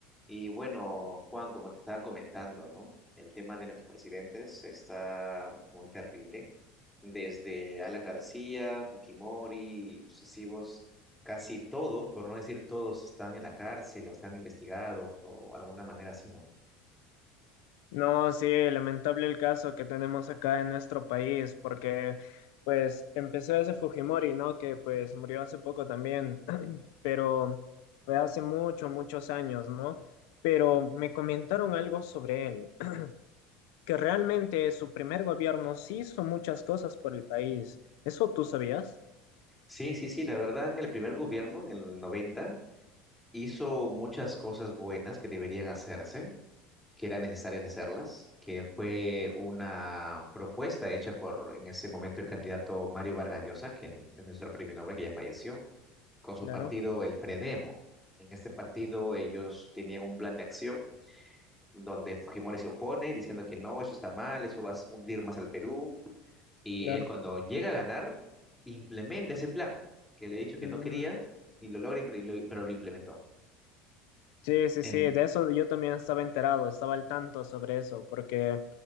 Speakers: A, in the centre; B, on the left.
A: Y bueno, Juan, como te estaba comentando, ¿no? El tema de nuestros presidentes está muy terrible. Desde Alan García, Fujimori, y sucesivos, casi todos, por no decir todos, están en la cárcel o están investigados o alguna manera así, ¿no?
B: No, sí, lamentable el caso que tenemos acá en nuestro país, porque pues empezó ese Fujimori, ¿no? Que pues murió hace poco también, <clears throat> pero fue hace muchos, muchos años, ¿no? Pero me comentaron algo sobre él, <clears throat> que realmente su primer gobierno sí hizo muchas cosas por el país. ¿Eso tú sabías?
A: Sí, sí, sí, la verdad, en el primer gobierno, en el 90 hizo muchas cosas buenas que deberían hacerse. que eran necesarias hacerlas, que fue una propuesta hecha por en ese momento el candidato Mario Vargas Llosa, que en- es nuestro premio Nobel, que ya falleció, con su
B: Claro,
A: partido el Fredemo. En este partido ellos tenían un plan de acción donde Fujimori se opone diciendo que no, eso está mal, eso va a hundir más al Perú. Y
B: claro.
A: él cuando llega a ganar, implementa ese plan que le he dicho que
B: Mm.
A: no quería y lo logra, impre- y lo- pero lo implementó.
B: Sí, sí,
A: En-
B: sí, de eso yo también estaba enterado, estaba al tanto sobre eso, porque